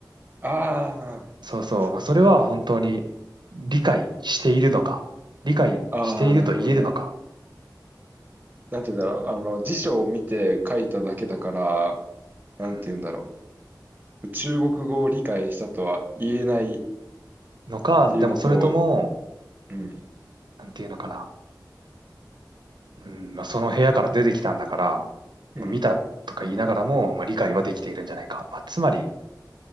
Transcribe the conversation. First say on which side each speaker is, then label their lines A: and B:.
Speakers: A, on the right (about 25°); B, on the right (about 80°).
A: ああ、
B: そうそう。
A: そんなんだったね。
B: まあ、それは本当に理解しているのか、理解していると言えるのか、
A: ああ、なるほどね。なんて言うんだろう。あの、辞書を見て書いただけだから、なんて言うんだろ
B: うん。
A: う。中国語を理解したとは言えないっ
B: のか、
A: ていうのと、
B: でもそれとも、
A: うん、
B: なんていうのかな。うん、まあ、その部屋から出てきたんだから、まあ見たとか言いながらも、
A: うん、
B: まあ、理解はできているんじゃないか。まあ、つまり、